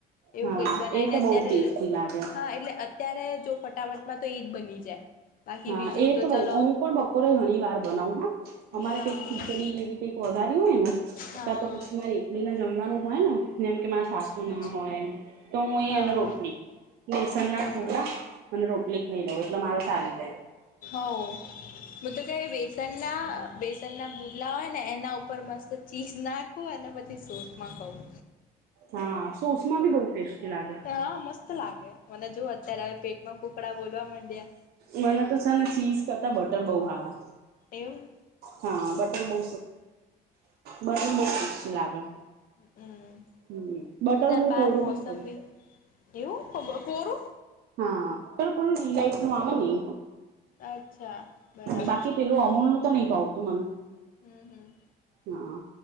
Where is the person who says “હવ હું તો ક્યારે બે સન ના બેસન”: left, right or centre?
Left